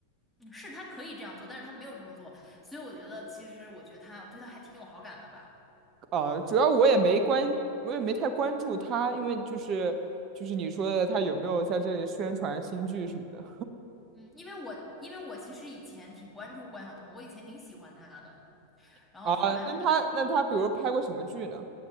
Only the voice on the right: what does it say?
啊，主要我也没关，我也没太关注他，因为就是就是你说的他有没有在这里宣传新剧什么的
<laughs>
啊？那他那他比如拍过什么剧呢？